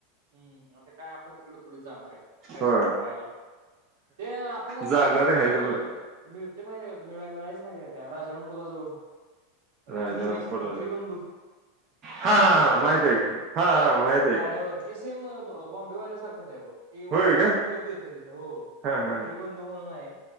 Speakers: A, on the right; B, on the right.
A: हूं आता काय आपण तिकड थोडीच जाणार आहे. आईस्क्रीम
B: हो
A: खायाला ये आपण आहे
B: जाणारे
A: तिथं मीळ-मिळत.
B: आहेत बर
A: ते माहतीत आहे का मिळा-मिळायच माहित आहे का त्या राजाराम पुलाजवळ
B: राजारामपूरला
A: खत्री खत्री बंधू.
B: हा
A: आपण
B: हा
A: गेलतोय
B: हा माहित
A: काय
B: आहे
A: कधी
B: की हा हा माहित आहे
A: गाड्यावरती
B: की
A: ते सेम ब-बॉम्बेवाल्या सारखंच आहे बघ की वजनावरती
B: होय का
A: देतोय तिथं हो
B: हा
A: खत्री
B: हा
A: बंधू म्हणून आहे